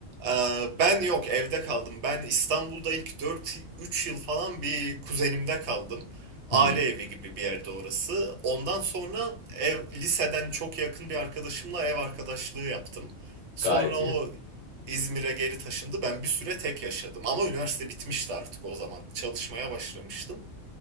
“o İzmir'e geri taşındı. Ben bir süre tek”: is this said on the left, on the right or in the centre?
Right